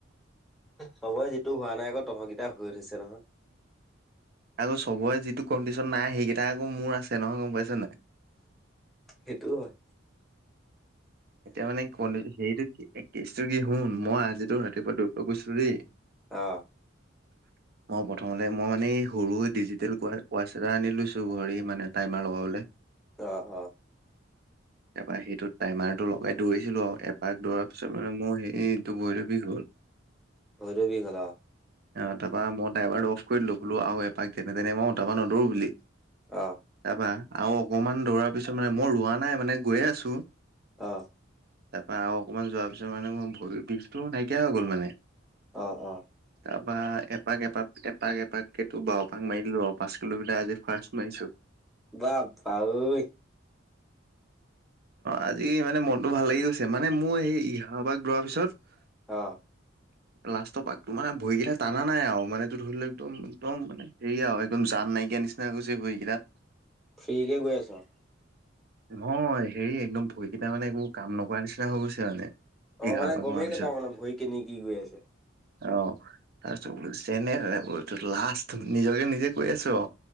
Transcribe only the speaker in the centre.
চবৰে যিটো হোৱা নাই আকৌ তহত কেইটাৰ হৈ থৈছে নহয়।
সেইটোও হয়
অ
অ অ
ভৰিটো বিষ হ'ল আ
অ
অ
অ অ
বাপ পা ঐ
অ
ফ্ৰীকে কৈ আছা
অ মানে
গমেই
নাপাওঁ মানে ভৰি কেনে কি গৈ আছে